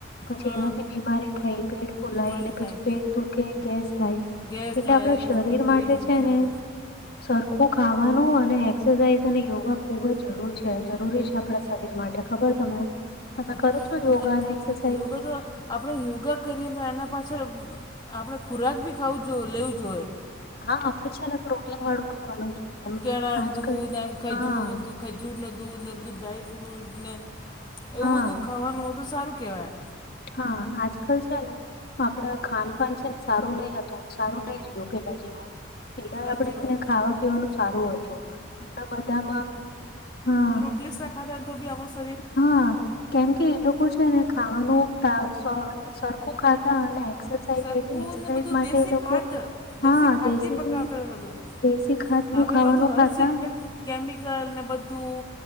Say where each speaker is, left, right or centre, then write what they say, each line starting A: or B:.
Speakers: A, on the left (about 50°); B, on the left (about 20°).
A: પછી
B: હા
A: એને ની બીમારી થય પેટ ફૂલાઈ
B: બીમારી
A: ને પછી
B: થાય
A: પેટ દુખે, ગેસ થાય
B: ગેસ
A: એટલે
B: થાય
A: આપણા
B: બી
A: શરીર માટે
B: પેટ દુખાય
A: છે ને. સરખું ખાવાનું અને એક્સરસાઇઝ અને યોગા ખુબ જ જરૂર છે, જરૂરી છે. આપણા શરીર માટે ખબર તમને? તમે
B: સાચું
A: કરો છો યોગા
B: ને
A: અને એક્સરસાઇઝ?
B: યોગા તો આપણે યોગા કરીએ ને એના પાછળ આપણે ખોરાક બી ખાવું જ જોઈએ, લેવું જોઈએ.
A: હા આપડે છે ને પ્રોટીન વાળું ખાવાનું જોઈએ. એમ
B: કેળા ને
A: આજકાલ
B: દૂધ આય, ખજૂર
A: હા
B: દુ ખજૂર ને દૂધ ને એ બધું ડ્રાયફ્રૂટ ને એવું
A: હા
B: બધું ખાવાનું હોય તો સારું કેવાય.
A: હા આજકાલ છે ને. આપડા ખાનપાન છે ને સારું નઇ હતું. સારું નઇ રહ્યું પેલા જેવું. પેલા
B: સાચી
A: આપડે છે
B: વાત.
A: ને ખાવા પીવાનું સારું હતું. હમણાં બધામાં હા
B: ટીશા ખાતા હોય તો ભી આમાસો-
A: હા. કેમ કે એક લોકો છે ને ખાવાનું ટાળ સરખું ખાતા અને એક્સેસાઇઝ,
B: સરખું
A: એક્સેસાઇઝ
B: ને બધું
A: માટે
B: દેશી
A: લોકો
B: ખાતર
A: હા
B: દેશી ખાતથી
A: દેશી
B: પકાવતા હતા બધું.
A: દેશી ખાધનું
B: હવે
A: ખાવાનું
B: બધું
A: ખાતા
B: હર ચીજમાં કેમિકલ ને બધું